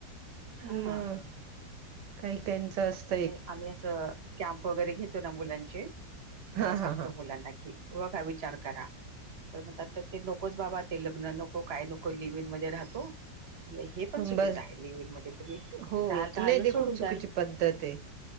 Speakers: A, on the right (about 75°); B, on the right (about 40°).
A: पण
B: हा
A: मग काही काहीच असत.
B: नाही. आम्ही असं कॅम्प वगैरे घेतो ना मुलांचे तेव्हा
A: हा
B: सांगतो
A: हा हा
B: मुलांना कि, हो का विचार करा. तर म्हणतात ते नकोच बाबा. ते लग्न नको. काय नको. लिव्हीइन मध्ये राहतो. हे पण चुकीचं
A: बस
B: आहे. लिव्हिन मध्ये तुम्ही
A: हो
B: राहाल चाल
A: ते नाही
B: सोडून
A: ते खूप
B: द्याल.
A: चुकीची पद्धत आहे.